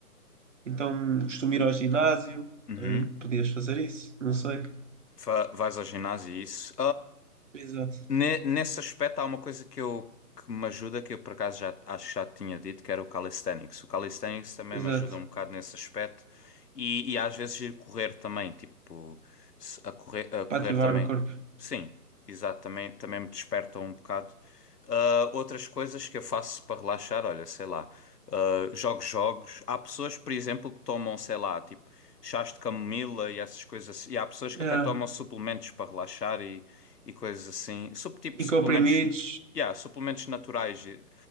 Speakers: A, on the right; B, on the left.
A: Então costumo ir ao ginásio,
B: Uhum.
A: também podias fazer isso, não sei.
B: Fa- vais ao ginásio e isso.
A: Exato.
B: Ne- Nesse aspecto, há uma coisa que eu que me ajuda, que eu por acaso já acho que já te tinha dito, que era o calisthenics. O calisthenics também
A: Exato.
B: me ajuda um bocado nesse aspecto e, e às vezes ir correr também, tipo, se- a correr, a correr
A: Para ativar
B: também.
A: o corpo.
B: Sim, exato, também, também me desperta um bocado. Ah, outras coisas que eu faço para relaxar, olha, sei lá, ah, jogo jogos. Há pessoas, por exemplo, que tomam, sei lá, tipo, chás de camomila e essas coisas. assim. E há pessoas que
A: É.
B: até tomam suplementos para relaxar e e coisas assim. Sup, tipo
A: E
B: suplementos,
A: comprimidos,
B: yeah, suplementos naturais. e,